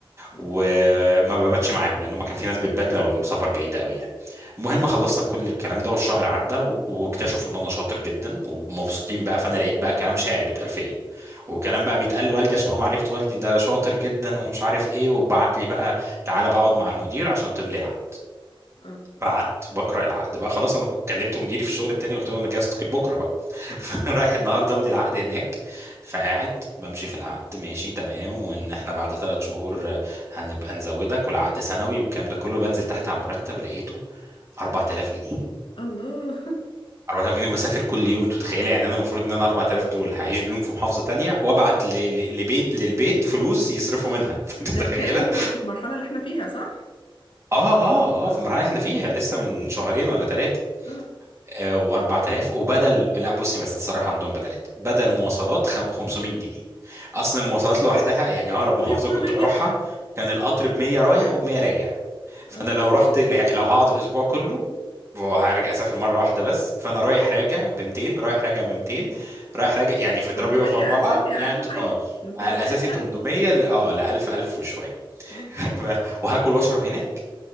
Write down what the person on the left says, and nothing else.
مم.
اه
الله <laughs>
ده
الكلام ده في في المرحله اللي احنا فيها صح؟
اه
طب اوكي
اه
اه
اليوم
بمية
اه
800
اساسي
اقل
حاجه
من 800
ل 1000
اه